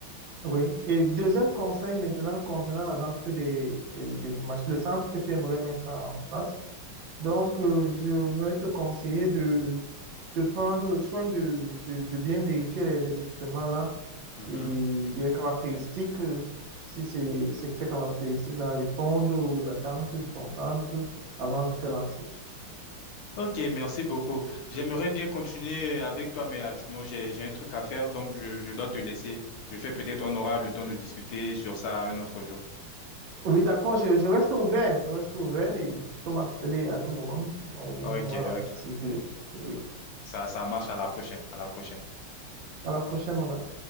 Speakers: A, on the right; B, on the left.
A: oui. Et deuxième conseil maintenant concernant la vente des, des, des mach- le centre que tu aimerais mettre en place. Donc, euh, je vais te conseiller de, de prendre le soin de, de, de bien vérifier les, les équipements là
B: Mhm.
A: et des caractéristiques, euh, si ces, ces ces caractéristiques-là répondent aux attentes de ton centre avant de te lancer.
B: Ok, merci beaucoup. J'aimerais bien continuer avec toi, mais actuellement, j'ai, j'ai un truc à faire, donc je, je dois te laisser. Je fais peut-être, on aura le temps de discuter sur ça un autre jour.
A: Oui, d'accord, je, je reste ouvert, je reste ouvert et tu peux m'appeler à tout moment. On
B: Ok,
A: aura la
B: ok.
A: possibilité de... discuter. Oui,
B: Ça, ça marche. À la prochaine. À la prochaine.
A: à la prochaine, mon ami.